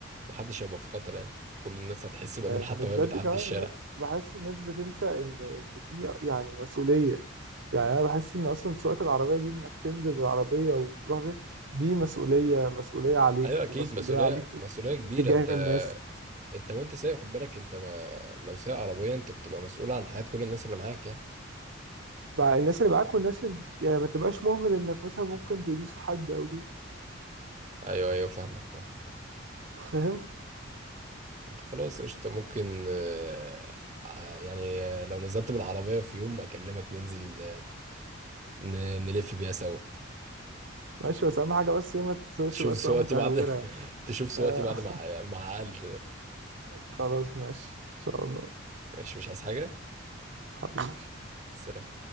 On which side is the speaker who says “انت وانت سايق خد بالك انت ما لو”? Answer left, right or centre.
Right